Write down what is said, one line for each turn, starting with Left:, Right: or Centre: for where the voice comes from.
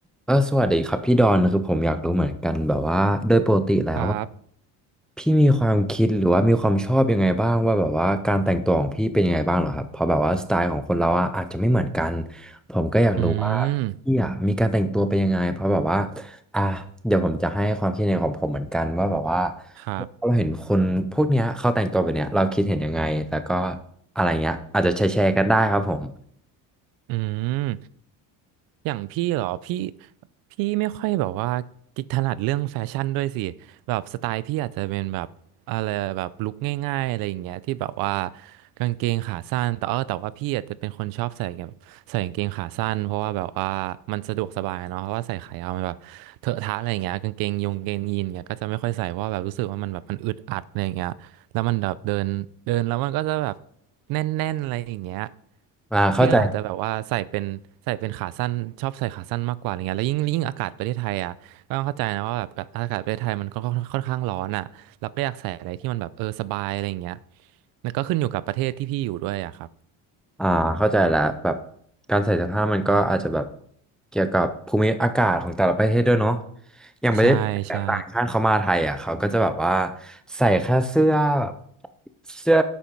Centre: เออสวัสดีครับพี่ดอนคือผมอยากรู้เหมือนกันแบบว่าโดยปกติแล้วว่า
Right: ครับ
Centre: พี่มีความคิดหรือว่ามีความชอบยังไงบ้างว่าแบบว่าการแต่งตัวของพี่เป็นยังไงบ้างเหรอครับเพราะแบบว่าสไตล์ของคนเราอะอาจจะไม่เหมือนกันผมก็อยากรู้ว่า
Right: อืม
Centre: พี่อะมีการแต่งตัวเป็นยังไงเพราะแบบว่าอ่ะเดี๋ยวผมจะให้ความคิดเห็นของผมเหมือนกันว่าแบบว่า
Right: ครับ
Centre: เราเห็นคนพวกเนี้ยเขาแต่งตัวแบบเนี้ยเราคิดเห็นยังไงแล้วก็อะไรเงี้ยอาจจะแชร์ๆกันได้ครับผม
Right: อืม อย่างพี่เหรอพี่พี่ไม่ค่อยแบบว่ากิจถนัดเรื่องแฟชั่นด้วยสิแบบสไตล์พี่อาจจะเป็นแบบอะไรแบบลุคง่ายๆอะไรอย่างเงี้ยที่แบบว่ากางเกงขาสั้นแต่เออแต่ว่าพี่อาจจะเป็นคนชอบใส่แบบใส่กางเกงขาสั้นเพราะว่าแบบว่ามันสะดวกสบายเนาะเพราะว่าใส่ขายาวมันแบบเถอะทะอะไรอย่างเงี้ยกางเกงยงกางเกงยีนเงี้ยก็จะไม่ค่อยใส่เพราะว่าแบบรู้สึกว่ามันแบบมันอึดอัดอะไรอย่างเงี้ย แล้วมันแบบเดินเดินแล้วมันก็จะแบบแน่นๆอะไรอย่างเงี้ย
Centre: อ่าเข้าใจ
Right: พี่ก็อาจจะแบบว่าใส่เป็นใส่เป็นขาสั้นชอบใส่ขาสั้นมากกว่าอะไรเงี้ยแล้วยิ่งยิ่งอากาศประเทศไทยอ่ะก็ต้องเข้าใจนะว่าแบบอากาศประเทศไทยมันก็ค่อนค่อนข้างร้อนอ่ะเราก็อยากใส่อะไรที่มันแบบเออสบายอะไรอย่างเงี้ยแล้วก็ขึ้นอยู่กับประเทศที่พี่อยู่ด้วยอ่ะครับ
Centre: อ่าเข้าใจละแบบการใส่เสื้อผ้ามันก็อาจจะแบบเกี่ยวกับภูมิอากาศของแต่ละประเทศด้วยเนาะอย่างประเทศ
Right: ใช่ใช่
Centre: ต่างชาติเขามาไทยอ่ะเขาก็จะแบบว่าใส่แค่เสื้อแบบเสื้อ